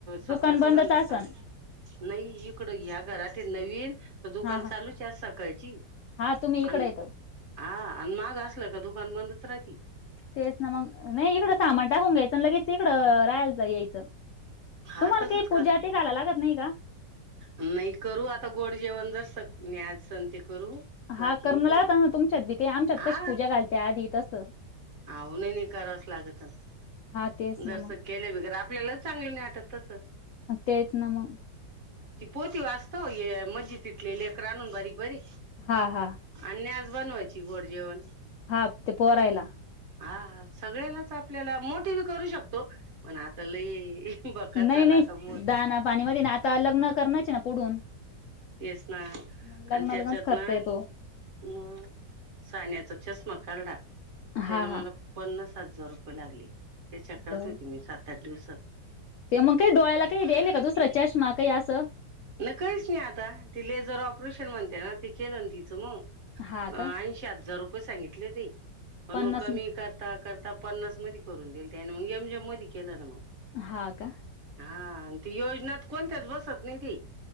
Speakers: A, on the right; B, on the left.
A: सकाळच
B: दुकान बंदच
A: झालं
B: असन
A: चाली लई या घरातील नवीन त दुकान
B: हा हा
A: चालूचचे आज सकाळची
B: हा तुम्ही इकडे
A: अन
B: येतो
A: आ अन महाग असल तर दुकान बंदच राहती
B: तेच ना मग नाही इकड सामान टाकून घ्यायचं अन लगेच इकडं राहाय जायायचं
A: हा
B: तुम्हाला
A: तसच
B: काही पूजा
A: कर
B: ते घालायला लागत नाही का
A: नाही करू आता गोड जेवण जसं मी आज सांगते करू
B: हा
A: बाकी
B: करणं
A: नाही कई
B: लागत ना तुमच्यात बी काही आमच्यात कशी
A: आ
B: पूजा घालते आधी तसं
A: आहो नाही नाही करावच लागतं
B: हा तेच
A: जस
B: ना मग
A: केल्या बिगर आप पल्यालाच चांगलं नई वाटत तसं
B: तेच ना म
A: हो ती वास्त ओ मज्जितीतले लेकरं आणून बारीक बारीक
B: हा हा
A: आणि आज बनवायची गोड जेवण
B: हा कोरायला
A: हा सगळ्यालाच आपल्याला मोठी बी करू शकतो पण आता लई बकाचं
B: नाही
A: झाला
B: नाही
A: आता मग
B: दाना पाणीमध्ये ना आता लग्न करण्याचे ना पुढून
A: तेच ना
B: मग लग्ना
A: आणि त्यांच्यात
B: लग्नच खर्च
A: ना
B: येतो
A: म सान्याचा चष्मा खरडा त्यानं
B: हा हा
A: मला पण पन्नास हजार रुपय लागले त्या चक्रात
B: बर
A: होती मी सात त्या दिवसात
B: ते मग काही डोळ्याला
A: <unintelligible>
B: काही द्यायला का दुसरा चष्मा काही असं
A: ले काहीच नई आता ती लेजर ऑपरेशन म्हणत्या ना ते केेलंनं तीचं मग
B: हा
A: अ
B: का
A: ऐंशी हजार रु कुणी सांगितलय ते पण
B: पन्नास
A: मग कमी करता कर आता पन्नासमधी करून देईल त्यानं मग एमजम मधी केलं ना मग
B: हा का
A: हा आणि ती योजनात कोणत्याच बसत नाही ती